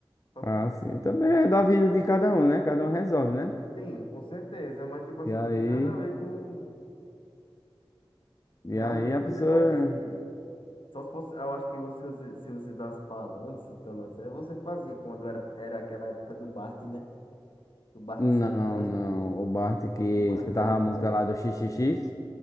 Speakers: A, on the left; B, on the left.
A: Só
B: Ah,
A: que,
B: sim. Também é da vida de cada um, né? Cada um resolve, né?
A: sim, com certeza, mas, tipo assim,
B: E aí,
A: não tem nada a ver com.
B: e
A: Realmente
B: aí a pessoa.
A: não tem pra quê. Só se fosse. Eu acho que você, se se você tivesse falando, citando assim, é você que fazia quando era, era aquela época do Bart, né? Do Bart
B: Não,
A: Sad Boy.
B: não. O Bart que
A: O Bart
B: escutava
A: Sad
B: a música
A: Boy.
B: lá do XXX,